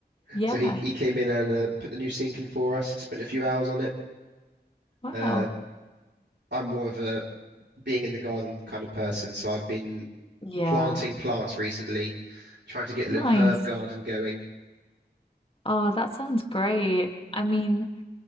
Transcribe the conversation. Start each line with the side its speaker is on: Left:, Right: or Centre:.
Left: Yeah.
Right: So he he came in and uh, put the new sink in for us. Spent a few hours on it.
Left: Wow.
Right: Uh, I'm more of a being in the garden kind of person, so I've been
Left: Yeah.
Right: planting plants recently, trying to get a
Left: Nice.
Right: little herb garden going.
Left: Oh, that sounds great. I mean,